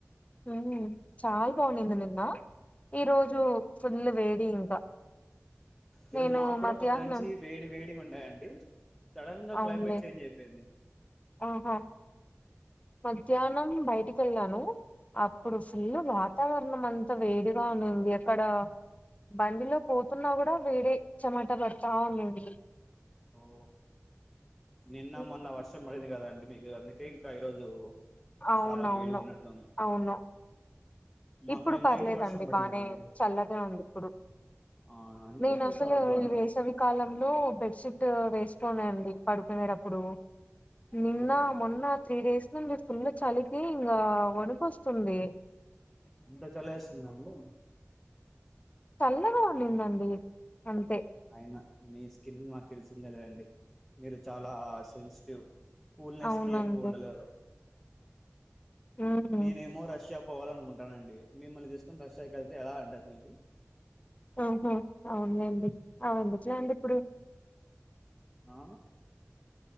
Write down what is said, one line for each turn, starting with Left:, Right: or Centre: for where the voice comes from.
Left: హ చాలా బాగున్నది నిన్న ఈ రోజు ఫుల్లు వేడి ఇంకా
Centre: ఈరోోజు
Left: నేను
Centre: మాకు కూడా
Left: మధ్యాహ్నం
Centre: పొద్దు నుంచి వేడి వేడి ఉండే అండి సడన్ గా
Left: అవునులే
Centre: క్లైమేట్ చేంజ్ అయిపోయింది
Left: ఆహా మధ్యాహ్నం బయటికి వెళ్ళాను అప్పుడు ఫుల్
Centre: ఓకే
Left: వాతావరణం అంతా త వేడిగా ఉన్నింది అక్కడ బండిలో పోతున్నా కూడా వేడే చెమట పాడ్తానున్నది
Centre: ఓ నిన్న
Left: ఉమ్,
Centre: మొన్న వర్షం పడింది కదా అండి మీకు అందుకే ఇంకా ఈరోజు
Left: అవునావును
Centre: చాలా వేడిగా ఉన్నట్లుంది
Left: అవును
Centre: మాకు
Left: ఇప్పుడు
Centre: నిన్న
Left: పర్లేదాండి
Centre: నైట్ వర్షం పడిందండి
Left: బానే చల్లగా వుంది ఇప్పుడు
Centre: ఆ అంటే
Left: నేను
Centre: ఇంకా
Left: అసలు
Centre: బ
Left: వేసవికాలం లో బేడ్షీట్ వేసుకొను అండి పడుకునేటప్పుడు నిన్న
Centre: ఓకే
Left: మొన్న త్రీ డేస్ నుండి ఫుల్ చలి ఏ ఇంగా వణకొస్తుంది
Centre: అంతా చాలేస్తుందా అండి
Left: చల్లగా ఉన్నిన్దండి అంతే
Centre: అయినా మీ స్కిన్ నాకు తెలిసిందిందెలెండి మీరు చాలా సెన్సిటివ్ కూల్నెస్
Left: అవునండి
Centre: కి ఎక్కువ్ ఉండలేరు
Left: ఉమ్
Centre: నేనేమో రష్యా పోవాలనుకుంటానండి మిమ్మల్ని తీస్కొని రష్యాకి వెళ్తే ఎలా అండి అసల్కి
Left: ఆహా అవున్లేండి అవేందుకులెండి ఇప్పుడు
Centre: ఆ